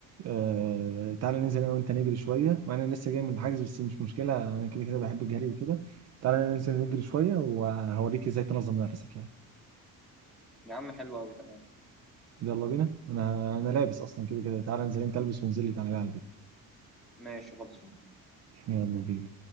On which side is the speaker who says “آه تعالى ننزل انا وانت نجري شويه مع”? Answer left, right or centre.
Right